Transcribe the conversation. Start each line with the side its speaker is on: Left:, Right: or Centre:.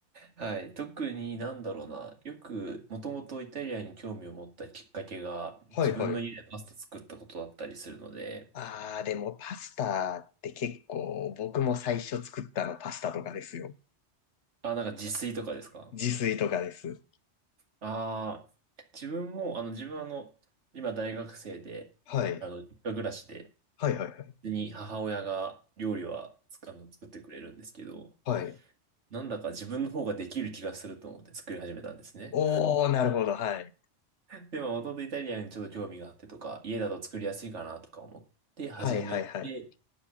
Right: はい。特になんだろうな。よく、もともとイタリアンに興味を持ったきっかけが、
Left: はいはい。
Right: 自分の家でパスタ作ったことだったりするので、
Left: ああ、でもパスタって結構僕も最初作ったのパスタとかですよ。
Right: あ、なんか自炊とかですか
Left: 自炊とかです。
Right: ああー、自分も、あの、自分はあの、今大学生で、
Left: はい。
Right: あの、実家暮らしで、
Left: はいはいはい。
Right: 普通に母親が料理はつ、あの、作ってくれるんですけど、
Left: はい。
Right: なんだか自分の方ができる気がすると思って作り始めたんですね。
Left: おー、なるほど。はい。
Right: で、まあ、もともとイタリアンにちょっと興味があってとか、家だと作りやすいかなとか思って始めて、
Left: はいはいはい。